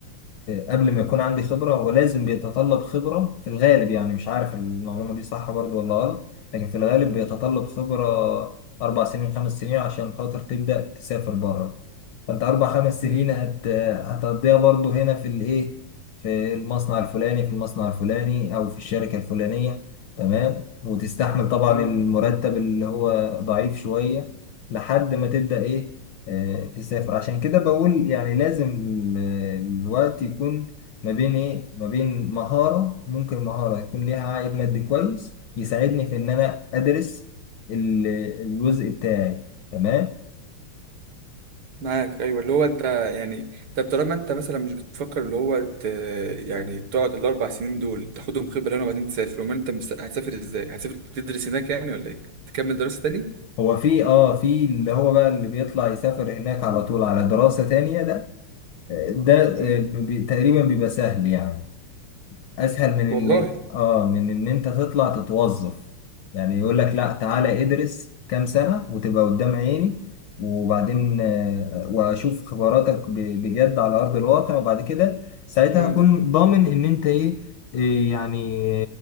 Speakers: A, on the left; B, on the right.
A: قبل ما يكون عندي خبرة ولازم بيتطلب خبرة في الغالب يعني مش عارف المعلومة دي صح برضو ولا غلط لكن في الغالب بيتطلب خبرة أربع سنين خمس سنين عشان خاطر تبدأ تسافر بره فأنت أربع خمس سنين
B: مم.
A: هت... هتقضيها برضو هنا في الإيه في المصنع الفلاني في المصنع الفلاني أو في الشركة الفلانية تمام وتستحمل طبعا
B: مم.
A: المرتب اللي هو ضعيف شوية لحد ما تبدأ إيه آه، تسافر عشان كده بقول يعني لازم ال- الوقت يكون ما بين ايه ما بين مهارة ممكن مهارة يكون ليها عائد مادي كويس يساعدني في ان انا ادرس ال- الجزء بتاعي تمام
B: معاك ايوه اللي هو انت يعني طب طالما انت مثلا مش بتفكر اللي هو ت... يعني تقعد الاربع سنين دول تاخدهم خبره هنا وبعدين تسافر امال انت مس... هتسافر ازاي هتسافر تدرس هناك يعني ولا ايه تكمل دراسه تاني
A: هو في اه في اللي هو بقى اللي بيطلع يسافر هناك على طول على دراسة تانية ده آه، ده
B: مم.
A: آه، بي- تقريبا بيبقى سهل يعني اسهل من
B: والله
A: ان اه من ان انت تطلع تتوظف يعني يقول لك لا تعالى ادرس كام سنة وتبقى قدام عيني وبعدين آه، واشوف خبراتك ب- بجد على ارض الواقع وبعد كده ساعتها
B: مم.
A: هكون ضامن ان انت ايه إيه يعني